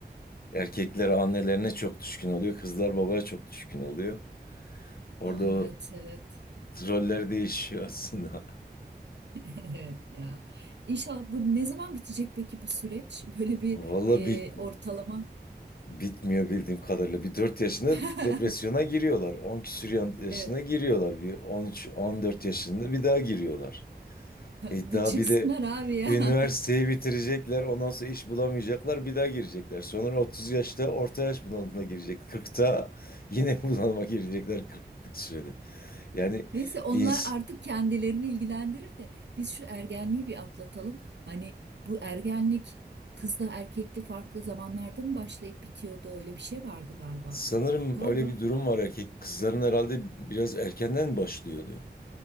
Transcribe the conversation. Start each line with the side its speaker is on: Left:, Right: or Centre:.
Left: e, erkekler annelerine çok düşkün oluyor, kızlar babaya çok düşkün oluyor. Orada
Right: Evet
Left: o
Right: evet.
Left: roller değişiyor aslında.
Right: <laughs> Evet ya. İnşallah bu ne zaman bitecek peki bu süreç? <laughs> Böyle bir
Left: <laughs> Valla
Right: e,
Left: bit-
Right: ortalama
Left: bitmiyor bildiğim kadarıyla. Bir 4 yaşında
Right: <laughs>
Left: depresyona giriyorlar. on küsur yan- yaşına
Right: Evet,
Left: giriyorlar. Bir on üç on dört yaşında bir daha giriyorlar. E,
Right: bir
Left: daha
Right: çıksınlar
Left: bir de
Right: abi ya.
Left: üniversiteyi bitirecekler. Ondan sonra iş bulamayacaklar. Bir daha girecekler. Sonra 30 yaşta orta yaş bunalımına girecek. 40'ta yine <laughs> bunalıma girecekler 40'lık sürede. Yani
Right: <laughs> Neyse onlar
Left: ins
Right: artık kendilerini ilgilendirir de biz şu ergenliği bir atlatalım. Hani bu ergenlik kızda erkekli farklı zamanlarda mı başlayıp bitiyordu? Öyle bir şey vardı galiba.
Left: sanırım
Right: Galiba.
Left: öyle bir durum var erkek. Kızların herhalde biraz erkenden başlıyordu.